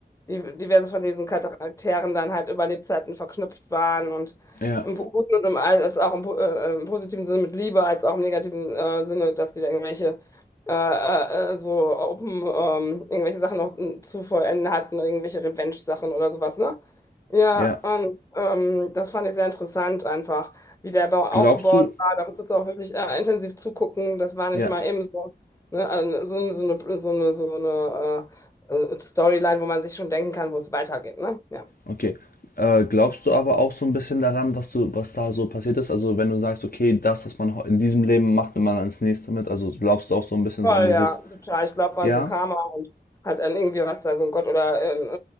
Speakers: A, on the left; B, on the left.
A: die diverse von diesen Charakteren dann halt über Lebzeiten verknüpft waren und
B: Ja.
A: im po- guten und im, als auch im, po- äh, äh, im positiven Sinne mit Liebe, als auch im negativen äh, Sinne, dass die da irgendwelche äh, äh, äh, so open, ähm, irgendwelche Sachen noch äh, zu vollenden hatten, irgendwelche Revenge-Sachen oder sowas, ne? Ja,
B: Ja.
A: und ähm, das fand ich sehr interessant einfach, wie der Bau aufgebaut
B: Glaubst du,
A: war. Da musstest du auch wirklich äh, intensiv zugucken. Das war nicht
B: ja,
A: mal eben so, ne? äh, So, so eine, so eine, so eine äh, äh, Storyline, wo man sich schon denken kann, wo es weitergeht, ne? Ja.
B: okay. Äh, glaubst du aber auch so ein bisschen daran, was du, was da so passiert ist? Also wenn du sagst, okay, das, was man heu- in diesem Leben macht, nimmt man ans nächste mit. Also glaubst du auch so ein bisschen
A: Voll,
B: so an dieses,
A: ja, total. Ich glaube
B: ja.
A: an so Karma und hat an irgendwie was da, so ein Gott oder äh, äh,